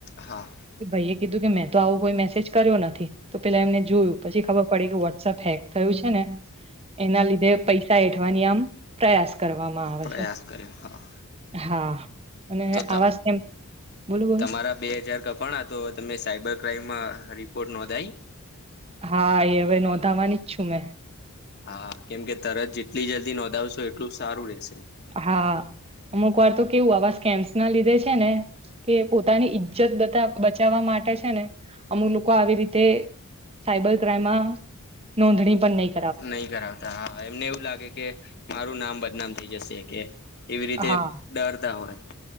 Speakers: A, on the left; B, on the right.
A: હા.
B: ભાઈએ કીધું કે મેં તો આવું કોઈ મેસેજ કર્યો નથી તો પેલા એમને જોયું પછી ખબર પડી કે વોટ્સએપ હેક થયું છે ને એના લીધે પૈસા હેઠવાની આમ પ્રયાસ કરવામાં આવે
A: પ્રયાસ
B: છે.
A: કર્યો હા
B: હા. અને
A: તો ત
B: આવા સ્કેમ બોલો બોલો
A: તમારા બે હજાર કપાના તો તમે સાયબર ક્રાઈમમાં રિપોર્ટ નોંધાઈ
B: હા એ હવે નોંધાવાની જ છું મેં
A: હા કેમ કે તરત જેટલી જલ્દી નોંધાવશો એટલું સારું રેશે.
B: હા અમુક વાર તો કેવું આવા સ્કેમ્સ ના લીધે છે ને કે પોતાની ઈજ્જત બતા બચાવવા માટે છે ને અમુક લોકો આવી રીતે સાયબર ક્રાઈમમાં નોંધણી પણ નહી
A: નહી કરાવતા હા એમને એવું લાગે કે મારું નામ બદનામ થઇ જશે કે એવી રીતે
B: હા
A: ડરતા હોય